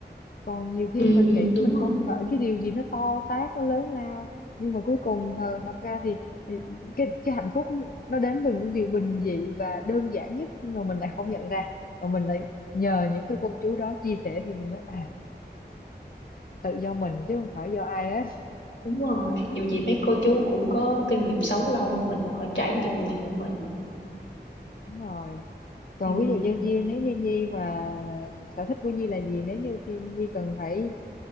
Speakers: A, on the left; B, on the left.
A: còn nhiều khi
B: Ừ,
A: mình
B: ừ,
A: nghĩ
B: đúng
A: mình
B: rồi,
A: mong đợi cái điều gì nó to tát nó lớn lao nhưng mà cuối cùng thật, thật ra thì, thì cái cái hạnh phúc nó đến từ những điều bình dị và đơn giản nhất nhưng mà mình lại không nhận ra mà mình lại nhờ những cái cô chú đó chia sẻ thì mình mới à tự do mình chứ không phải do ai hết
B: đúng rồi. Dù gì mấy cô chú cũng có kinh nghiệm sống lâu hơn mình và họ trải nghiệm nhiều hơn mình.
A: đúng rồi còn
B: Ừ.
A: ví dụ như Nhi nếu như Nhi mà sở thích của Nhi là gì nếu như khi Nhi cần phải